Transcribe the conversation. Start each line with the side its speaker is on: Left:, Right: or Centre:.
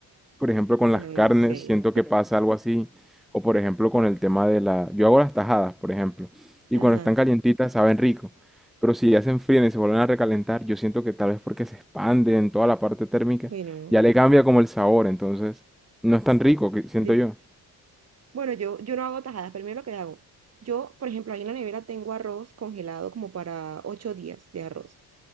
Centre: por ejemplo, con
Right: Bueno,
Centre: las carnes,
Right: no sé.
Centre: siento que pasa algo así. O por ejemplo, con el tema de la... Yo hago las tajadas, por ejemplo. Y
Right: Ajá,
Centre: cuando están calientitas saben rico. Pero si ya se enfrían y se vuelven a recalentar, yo siento que tal vez porque se expande en toda la parte térmica,
Right: bueno, no.
Centre: ya le cambia como el sabor. Entonces, no es tan rico, que siento
Right: sé.
Centre: yo.
Right: Bueno, yo, yo no hago tajadas. pero mira lo que hago. Yo, por ejemplo, ahí en la nevera tengo arroz congelado como para ocho días de arroz.